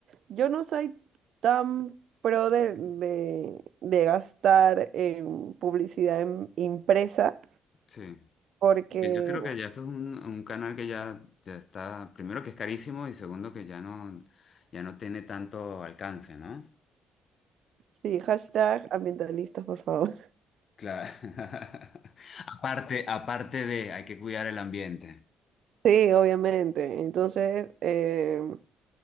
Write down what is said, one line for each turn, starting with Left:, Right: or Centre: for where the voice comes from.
Right: Yo no soy tan pro de, de, de gastar en publicidad en- impresa,
Left: Sí.
Right: porque
Left: Que Yo creo que ya eso es un, un canal que ya, ya está, primero que es carísimo y segundo que ya no, ya no tiene tanto alcance, ¿no?
Right: sí, hashtag ambientalistas, por favor.
Left: Claro. <laughs> Aparte, aparte de, hay que cuidar el ambiente.
Right: Sí, obviamente. Entonces, eh,